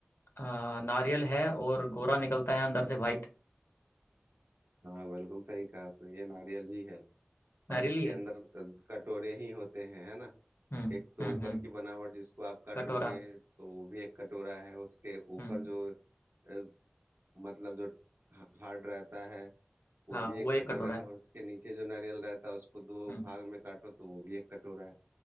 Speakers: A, on the left; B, on the right.
A: अ, नारियल है और गोरा निकलता है अंदर से वाइट
B: हाँ बिल्कुल सही कहा आपने ये नारियल ही है
A: नारियल
B: और इसके
A: ही है
B: अंदर अ, कटोरे ही होते हैं है ना
A: हम्म
B: एक तो
A: हम्म
B: ऊपर
A: हम्म
B: की बनावट जिसको आप काटोगे
A: कटोरा
B: तो वो भी एक कटोरा है उसके ऊपर
A: हम्म
B: जो अ, मतलब जो हा- हार्ड रहता है वो
A: हाँ
B: भी
A: वो
B: एक
A: एक
B: कटोरा
A: कटोरा
B: है
A: है
B: और उसके नीचे जो नारियल रहता है उसको दो
A: हम्म
B: भाग में काटो तो वो भी एक कटोरा है